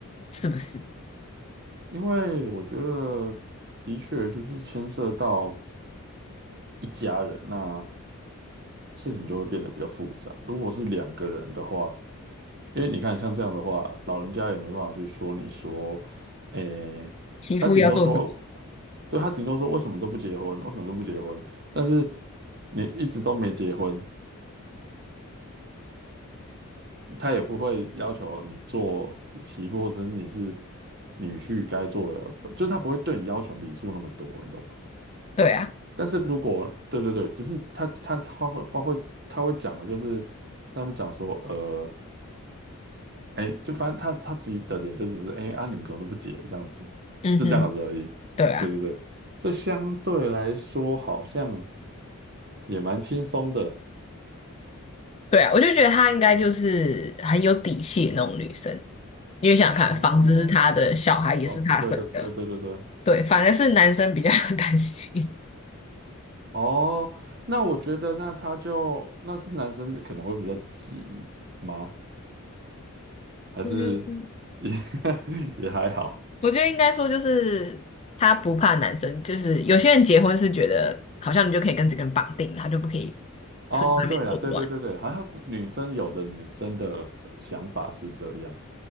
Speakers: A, on the left (about 30°); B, on the right (about 50°).
A: 是不是？
B: 因为我觉得的确就是牵涉到一家人，那事情就会变得比较复杂。如果是两个人的话，因为你看，像这样的话，老人家也没办法去说你说，诶，
A: 媳妇要做什么？
B: 他顶多说，对，他顶多说为什么都不结婚，为什么都不结婚？但是你一直都没结婚，他也不会要求你做媳妇或者是你是女婿该做的，就是他不会对你要求礼数那么多，你懂吗？
A: 对啊，
B: 但是如果对对对，只是他他他会他会他会讲的，就是他们讲说，呃。哎，就反正他他自己的点就只是哎啊，你们怎么都不解这样子，
A: 嗯哼，
B: 就这样子而已。
A: 对啊。
B: 对对对，这相对来说好像也蛮轻松的
A: 对啊，我就觉得她应该就是很有底气的那种女生，因为想想看，
B: 哦
A: 房子是她的，小孩也是她生的，
B: 哦，对对对对对对
A: 对，反而是男生比较 <laughs> 担心。
B: 哦，那我觉得那他就那是男生可能会比较急吗？还是也
A: 嗯，
B: <laughs> 也还好？
A: 我觉得应该说就是她不怕男生，就是有些人结婚是觉得好像你就可以跟这个人绑定了，他就不可以
B: 哦，
A: 出去外面作乱。
B: 对了，对对对对，好像女生有的女生的想法是这样